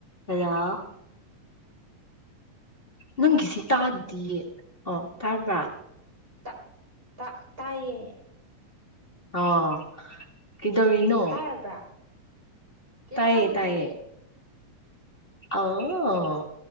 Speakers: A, on the left; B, on the right.
A: ꯍ <unintelligible> ꯅꯪꯒꯤꯁꯤ ꯇꯥꯗꯤꯌꯦ ꯑꯣ! ꯇꯥꯕ꯭ꯔꯥ?
B: ꯇꯥ ꯇꯥ ꯇꯥꯏꯌꯦ
A: ꯑꯣ ꯀꯗꯧꯔꯤꯅꯣ?
B: ꯇꯥꯔꯕ꯭ꯔꯥ ꯀꯩꯝ
A: ꯇꯥꯏꯌꯦ
B: ꯇꯧꯗꯤꯌꯦ
A: ꯇꯥꯏꯌꯦ ꯑꯑꯣ